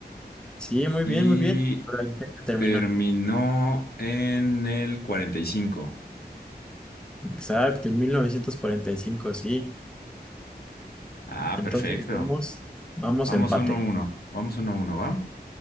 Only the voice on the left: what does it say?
y
terminó en el 45.
Ah,
perfecto.
Vamos
uno a uno, vamos uno a uno, ¿va?